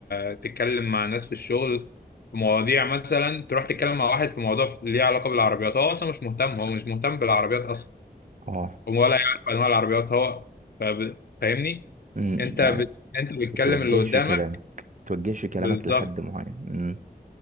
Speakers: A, on the left; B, on the right.
A: آه، تتكلم مع ناس في الشغل في مواضيع مثلا تروح تتكلم مع واحد في موضوع في- ليه علاقه بالعربيات هو اصلا مش مهتم هو مش مهتم بالعربيات اصلا
B: اه
A: هو ولا يعرف انواع العربيات هو فب- فاهمني
B: امم
A: انت بت...
B: يعني
A: انت بتكلم
B: توجهش
A: اللي قدامك
B: كلامك توجهش كلامك
A: بالظبط
B: لحد معين امم